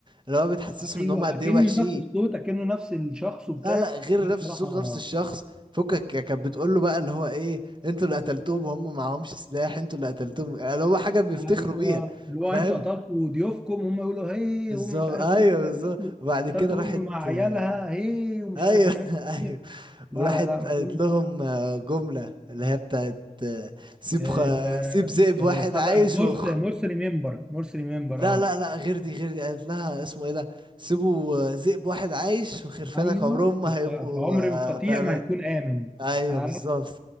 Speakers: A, on the right; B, in the centre.
A: اللي هو بتحسسهم
B: ايوه
A: ان هم قد
B: اكنه
A: ايه وحشين
B: نفس الصوت اكنه نفس الشخص وبتاع
A: لا لا غير
B: دي بصراحه
A: نفس الصوت ونفس الشخص فكك يا- كانت بتقول له بقى اللي هو ايه انتوا اللي قتلتوهم هم معهمش سلاح انتوا اللي قتلتوهم يعني هو حاجه بيفتخروا
B: ايوه
A: بيها
B: اللي
A: فاهم
B: هو انتوا قتلتوا ضيوفكم هم يقولوا هي
A: بالظبط
B: هم مش عارف
A: ايوه
B: وانتوا اللي
A: بالظبط
B: قتلتوا
A: وبعد
B: قتلتوا
A: كده راحت
B: ام مع عيالها
A: آه،
B: هي ومش
A: ايوه
B: عارف وحاجات
A: <laughs> ايوه
B: كتير. لا
A: وراحت
B: لا لا ما
A: قالت
B: تقولش
A: لهم آه، جمله اللي هي بتاعت آه، سيب
B: ال-
A: خ... سيب ذئب
B: بتاع
A: واحد عايش
B: ده مورس
A: وخ...
B: مورس ريمبر مورس ريمبر
A: لا
B: اه
A: لا لا غير دي غير دي قالت لها اسمه ايه ده سيبوا آه، ذئب واحد عايش وخرفانك
B: ايوه
A: عمرهم ما
B: كنت
A: هيبقوا
B: في عمر
A: آه،
B: القطيع
A: في امان
B: ما هيكون امن
A: ايوه
B: آه.
A: بالظبط